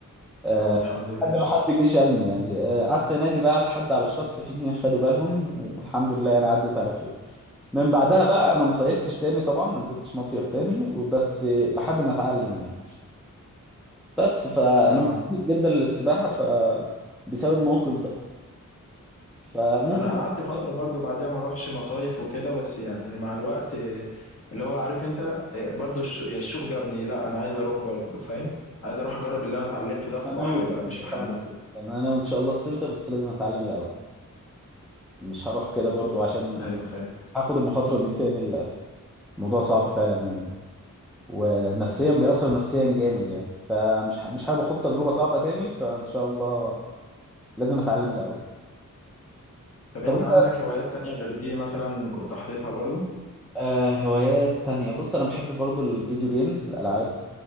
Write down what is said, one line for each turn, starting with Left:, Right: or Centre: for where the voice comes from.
Centre: آه
Left: طب الحمد لله
Centre: لحد ما حد جه شالني يعني آه، قعدت انادي بقى لحد على الشط في اتنين خدوا بالهم والحمد لله انا عدت على خير من بعدها بقى انا ما صيفتش تاني طبعا ما نزلتش مصيف تاني وبس لحد ما اتعلم يعني بس فانا
Left: اه
Centre: متحمس جدا للسباحه ف بسبب الموقف ده فممكن
Left: انا
Centre: برضه
Left: قعدت فتره
Centre: فعلاً
Left: برضو بعديها ما اروحش مصايف وكده بس يعني مع الوقت آه، اللي هو عارف انت آه، برضو الشو- الشوق جابني لا انا عايز اروح برضو فاهم عايز اروح اجرب اللي انا اتعلمته ده في
Centre: انا ناوي
Left: بحر
Centre: الصيف
Left: بقى مش
Centre: ده
Left: في حمام
Centre: فعلا
Left: كده
Centre: يعني انا ناوي ان شاء الله الصيف ده بس لازم اتعلم الاول مش هروح كده برضو عشان
Left: ايوه فاهم
Centre: هاخد المخاطره دي تاني للاسف الموضوع صعب فعلا و... ونفسيا بيأثر نفسيا جامد يعني فمش ح... مش حابب اخد تجربة صعبة تاني فان شاء الله لازم اتعلم الاول
Left: طب
Centre: طب
Left: انت
Centre: انت
Left: عندك هوايات تانية غير دي مثلا كنت حاططها برضو
Centre: آه هوايات تانية بص انا بحب برضو الفيديو جيمز الالعاب